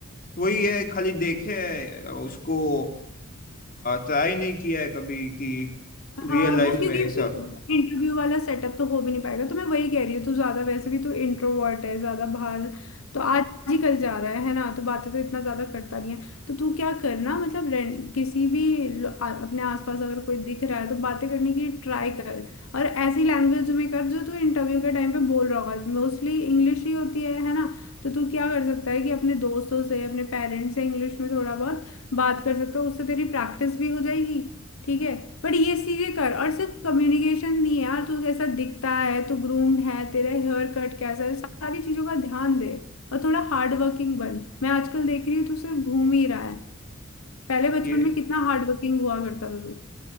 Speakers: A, on the left (about 40°); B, on the left (about 80°).
A: वही है खाली देखे है, उसको ट्राई नहीं किया है कभी कि रियल
B: हाँ
A: लाइफ
B: वो क्योंकि
A: में ऐसा
B: फिर इंटरव्यू वाला सेटअप तो हो भी नहीं पाएगा तो मैं वही कह रही हूँ तू ज्यादा वैसे भी तू इंट्रोवर्ट है ज्यादा बाहर तो आज ही कल जा रहा है है ना तो बातें तो इतना ज्यादा करता नहीं है तो तू क्या करना मतलब रें- किसी भी लो- आ, अपने आसपास अगर कोई दिख रहा है तो बातें करने की ट्राई कर और ऐसी लैंग्वेज में कर जो तू इंटरव्यू के टाइम पे बोल रहा होगा मोस्टली इंग्लिश ही होती है है ना तो तू क्या कर सकता है कि अपने दोस्तों से अपने पेरेंट्स से इंग्लिश में थोड़ा बहुत बात कर सकता है उससे तेरी प्रैक्टिस भी हो जाएगी ठीक है बट ये चीजें कर और सिर्फ कम्युनिकेशन नहीं है यार तू कैसा दिखता है तू ग्रूम्ड है तेरा हेयर कट कैसा है सारी चीजों का ध्यान दे और थोड़ा हार्ड वर्किंग बन मैं आजकल देख रही हूँ तू सिर्फ घूम ही रहा है पहले बचपन
A: ये
B: में कितना हार्ड वर्किंग हुआ करता था तू